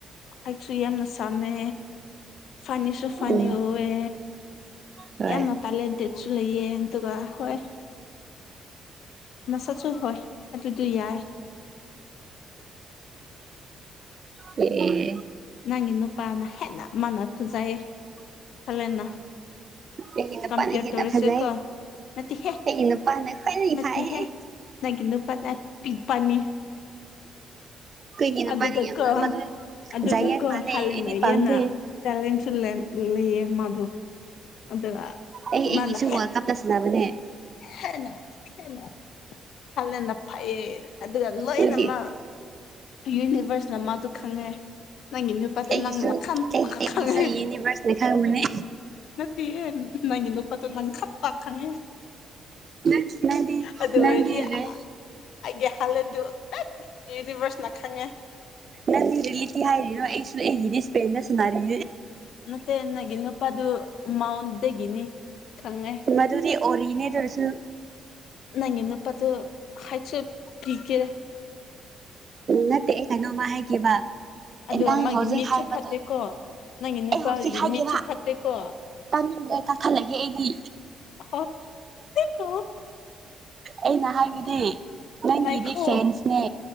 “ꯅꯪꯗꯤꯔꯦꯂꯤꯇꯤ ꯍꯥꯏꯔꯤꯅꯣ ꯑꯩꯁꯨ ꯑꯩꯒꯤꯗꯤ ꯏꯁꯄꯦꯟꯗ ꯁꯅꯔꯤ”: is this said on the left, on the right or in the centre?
Right